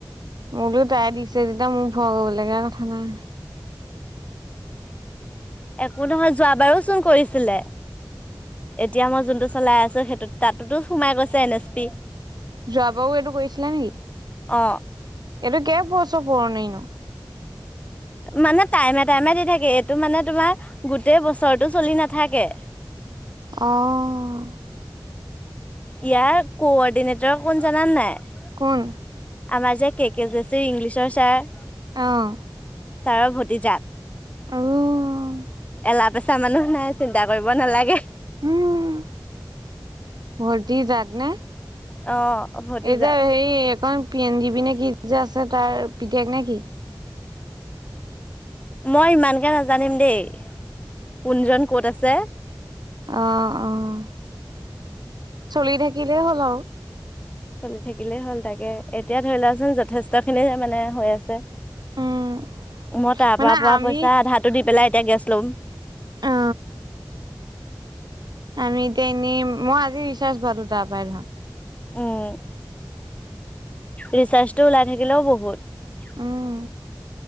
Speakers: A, on the right; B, on the left.
A: মই বোলো তাই দিছে যেতিয়া, মোৰ ভয় কৰিব লগীয়া কথা নাই।
B: একো নহয় যোৱাবাৰো চোন কৰিছিলে। এতিয়া মই যোনটো চলাই আছো, সেইটো তাতোটো সোমাই গৈছে এন এছ পি।
A: যোৱাবাৰো এইটো কৰিছিলা নেকি?
B: অ
A: এইটো কেই বছৰ পুৰণিনো?
B: মানে টাইমে টাইমে দি থাকে, এইটো মানে তোমাৰ গোটেই বছৰটো চলি নাথাকে।
A: অ'।
B: ইয়াৰ কোৰৰ্ডিনেটৰ কোন জানানে নাই।
A: কোন?
B: আমাৰ যে কে কে জোচি ইংলিছৰ ছাৰ।
A: অ'।
B: ছাৰৰ ভতিজাক।
A: উম,
B: এলা পেচা মানুহ নাই চিন্তা কৰিব নালাগে।
A: উম, ভতিজাক নে।
B: অ'। ভতিজাক
A: এই যে হেৰি এইখন পি এনজি পি নে কি যে আছে তাৰ পিতেক নে কি?
B: মই ইমানকে নাজানিম দেই, কোনজন ক'ত আছে?
A: অ', অ', চলি থাকিলে হ'ল আৰু।
B: চলি থাকিলেই হ'ল তাকে, এতিয়া ধৰি লোৱাচোন যথেষ্ট খিনি মানে হৈ আছে।
A: উম
B: মই তাৰ
A: মানে
B: পৰা পোৱা
A: আমি
B: পইচা আধাটো দি পেলাই এতিয়া গেছ ল'ম।
A: অ আমি এতিয়া এনেই, মই আজি ৰিচাৰ্জ ভৰালোঁ তাৰ পৰাই ধৰা।
B: উম ৰিচাৰ্জটো ওলাই থাকিলেও বহুত।
A: উম